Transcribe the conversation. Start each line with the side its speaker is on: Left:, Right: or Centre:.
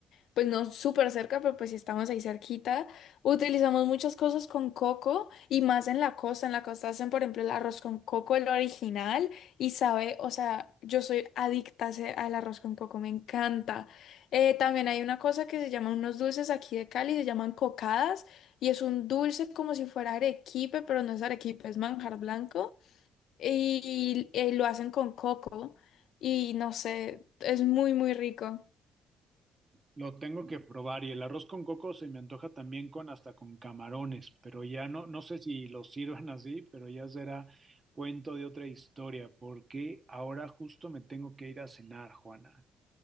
Left: pues no súper cerca, pero pues sí estamos ahí cerquita. Utilizamos muchas cosas con coco y más en la costa. En la costa hacen, por ejemplo, el arroz con coco, el original, y sabe, o sea, yo soy adicta a ese- al arroz con coco, me encanta. Eh, también hay una cosa que se llaman unos dulces aquí de Cali, se llaman cocadas, y es un dulce como si fuera arequipe, pero no es arequipe, es manjar blanco, y, eh, lo hacen con coco, y no sé, es muy, muy rico.
Right: Lo tengo que probar y el arroz con coco se me antoja también con hasta con camarones, pero ya no, no sé si lo sirvan así, pero ya será cuento de otra historia, porque ahora justo me tengo que ir a cenar, Juana.